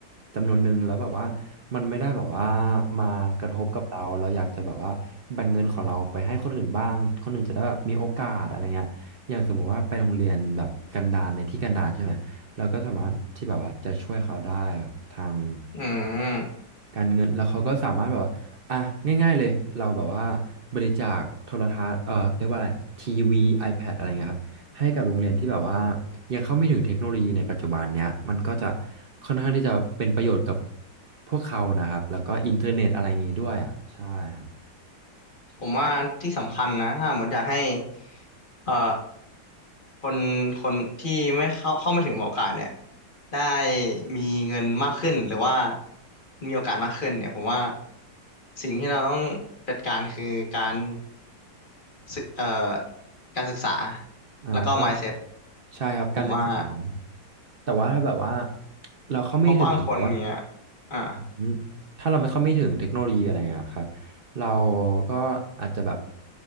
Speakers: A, on the right; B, on the left.
A: จำนวนหนึ่งแล้วแบบว่ามันไม่ได้แบบว่ามากระทบกับเราเราอยากจะแบบว่าแบ่งเงินของเราไปให้คนอื่นบ้างคนอื่นจะได้แบบมีโอกาสอะไรเงี้ยอย่างสมมุติว่าไปโรงเรียนแบบกันดารในที่กันดารใช่ไหมเราก็สามารถที่แบบว่าจะช่วยเขาได้แบบทาง
B: อืม
A: การเงินแล้วเขาก็สามารถแบบว่าอ่ะง่ายๆเลยเราแบบว่าบริจาคโทรทัศน์เอ่อเรียกว่าอะไรทีวี iPad อะไรเงี้ยครับให้กับโรงเรียนที่แบบว่ายังเข้าไม่ถึงเทคโนโลยีในปัจจุบันเนี้ยมันก็จะค่อนข้างที่จะเป็นประโยชน์กับพวกเขานะครับแล้วก็อินเทอร์เน็ตอะไรอย่างงี้ด้วยอ่ะใช่ครับ
B: ผมว่าที่สำคัญนะถ้าหมดอยากให้เอ่อคนคนที่ไม่เข้าเข้าไม่ถึงโอกาสเนี่ยได้มีเงินมากขึ้นหรือว่ามีโอกาสมากขึ้นเนี่ยผมว่าสิ่งที่เราต้องจัดการคือการศึกเอ่อการศึกษา
A: อ่าก็
B: แล้วก็ mindset
A: ใช่ครับการศึกษา
B: ผมว่า
A: แต่ว่าถ้าแบบว่าเราเข้าไม่ถึงแบบว่า
B: เพราะบางคนเนี่ยอ่า
A: อืมถ้าเราไม่เข้าไม่ถึงเทคโนโลยีอะไรอ่ะครับเราก็อาจจะแบบ